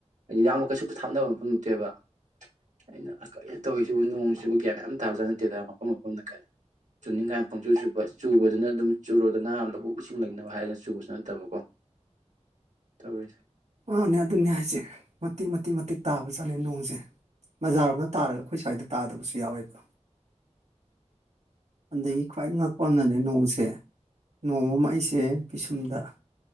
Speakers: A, on the right; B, on the right.
A: ꯍꯥꯏꯗꯤ ꯌꯥꯝ ꯀꯩꯁꯨꯨꯞꯇ ꯊꯥꯞꯅꯕ ꯃꯐꯝ ꯅꯠꯇꯦꯕ ꯑꯩꯅ ꯀ ꯇꯧꯔꯤꯁꯤꯕꯨ ꯅꯣꯡꯁꯤꯕꯨ ꯒ꯭ꯌꯥꯟ ꯌꯥꯝ ꯇꯥꯕꯖꯥꯠ ꯅꯠꯇꯦꯗ ꯃꯐꯝ ꯃꯐꯝ ꯀ ꯆꯨꯅꯤꯡꯉ ꯄꯣꯡꯆ ꯆꯨꯄ ꯆꯨꯕꯗꯨꯅ ꯑꯗꯨꯝ ꯆꯨꯔꯗꯅꯝꯗꯕꯨ ꯁꯨꯝ ꯂꯩꯅꯕ ꯍꯥꯏꯗꯅ ꯆꯨꯕꯁꯨ ꯅꯠꯇꯕꯀꯣ ꯇꯧꯔꯤꯁꯦ
B: ꯃꯥꯅꯦ ꯑꯗꯨꯅꯦ ꯍꯥꯏꯁꯦ ꯃꯇꯤꯛ ꯃꯇꯤꯛ ꯃꯇꯤꯛ ꯇꯥꯕꯖꯠꯂꯦ ꯅꯣꯡꯁꯦ ꯕꯖꯥꯔꯅ ꯇꯥꯔꯒ ꯑꯩꯈꯣꯏ ꯁ꯭ꯋꯥꯏꯗ ꯇꯥꯗꯕꯁꯨ ꯌꯥꯎꯋꯦꯕ ꯑꯗꯒꯤ ꯈ꯭ꯋꯥꯏ ꯉꯛꯄ ꯑꯃꯅꯅꯦ ꯅꯣꯡꯁꯦ ꯅꯣꯡꯃ ꯑꯃ ꯑꯩꯁꯦ ꯄꯤꯁꯨꯝꯗ